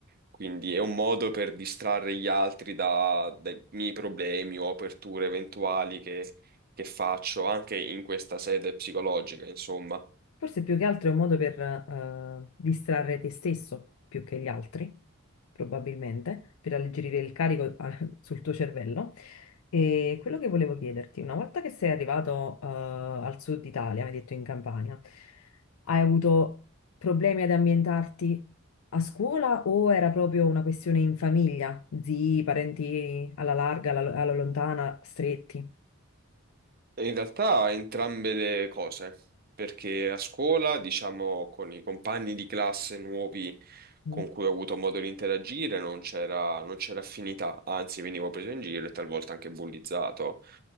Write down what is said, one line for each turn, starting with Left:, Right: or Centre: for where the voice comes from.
Right: Quindi è un modo per distrarre gli altri da- dai miei problemi o aperture eventuali che, che faccio anche in questa sede psicologica, insomma.
Left: Forse più che altro è un modo per eh, distrarre te stesso più che gli altri, probabilmente, per alleggerire il carico <laughs> eh, sul tuo cervello. E quello che volevo chiederti, una volta che sei arrivato eh, al sud Italia, hai detto in Campania, hai avuto problemi ad ambientarti a scuola o era proprio una questione in famiglia? Zii, parenti alla larga, alla, alla lontana, stretti?
Right: In realtà entrambe le cose, perché a scuola, diciamo, con i compagni di classe nuovi
Left: Mm?
Right: con cui ho avuto modo di interagire, non c'era non c'era affinità, anzi venivo preso in giro e talvolta anche bullizzato.